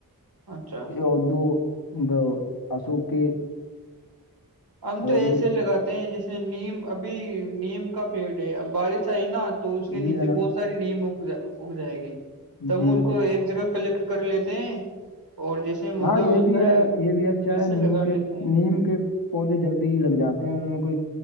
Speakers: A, on the right (about 80°); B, on the left (about 80°).
A: اچھا
B: یہ دو ا اشوک کے
A: ہم
B: اور
A: تو ایسے
B: یہ
A: لگاتے ہیں جیسے نیم ابھی نیم کا فڈ ہے اب بارش آئی نا تو اس کے نیچے
B: جی جناب
A: بہت ساری نیم اگ اگ جائے گی ت
B: جی
A: ان
B: جناب
A: کو ایک جگہ کلیکٹ کر لیتے ہیں اور جیسے ہی موقع
B: ہاں یہ
A: ملتا
B: بھی ہے یہ بھی اچھا
A: ویسے
B: ہے
A: لگا
B: نیم
A: لیتے
B: کے
A: ہیں
B: نیم کے پودے جلدی ہی لگ جاتے ہیں ان میں کوئی